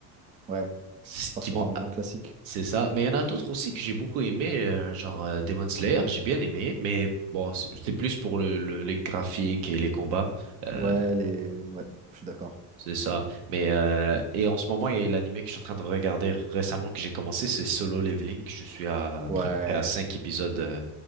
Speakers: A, on the right (about 20°); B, on the right (about 80°).
A: ouais,
B: c'est-
A: forcément,
B: qui m'ont
A: des grands classiques.
B: c'est ça, mais il y en a d'autres aussi que j'ai beaucoup aimé euh, genre euh, Demon Slayer, j'ai bien aimé, mais bon, c'est- c'était plus pour le, le- les graphiques et les combats. euh,
A: Ouais, les... ouais, je suis d'accord.
B: C'est ça. Mais euh, et en ce moment, il y a l'animé que je suis en train de regarder récemment que j'ai commencé, c'est Solo Leveling. Je suis à, à
A: Ouais.
B: peu près à cinq épisodes. euh,